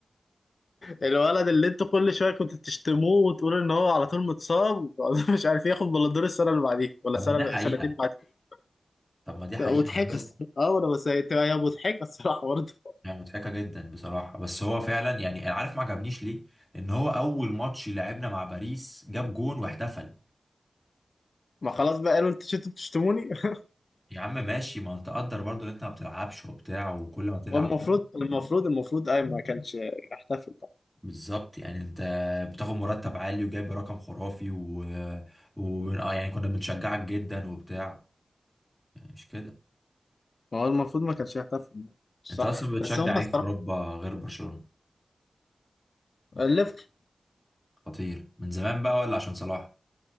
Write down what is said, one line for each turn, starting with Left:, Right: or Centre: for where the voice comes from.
Left: الولد اللي انتوا كل شوية كنتوا تشتموه وتقولوا إن هو على طول متصاب <laughs> مش عارف ياخد بلندور السنة اللي بعديها ولا
Centre: طب
Left: سنة
Centre: ما دي حقيقه
Left: سنتين بعديها
Centre: طب ما دي حقيقه
Left: مضحكة
Centre: هو-
Left: الصراحة اه أنا بس هي هي مضحكة الصراحة برضه
Centre: يعني مضحكه جدا بصراحه بس هو فعلا يعني أنا عارف ما عجبنيش ليه ان هو اول ماتش لعبنا مع باريس جاب جون واحتفل
Left: ما خلاص بقى قالوا انتوا شفتوا بتشتموني <laughs>
Centre: يا عم ماشي ما انت قدر برضو ان انت ما بتلعبش وبتاع وكل ما تلعب
Left: والمفروض المفروض المفروض اي ما كانش يحتفل طبعا
Centre: بالظبط يعني انت بتاخد مرتب عالي وجايب رقم خرافي و, و... آه يعني كنا بنشجعك جدا وبتاع يعني مش كده
Left: هو المفروض ما كانش يحتفل صح
Centre: انت اصلا بتشجع
Left: بس هم
Centre: ايه
Left: الصراحه
Centre: في اوروبا غير برشلونة
Left: الليفر
Centre: خطير من زمان بقى ولا عشان صلاح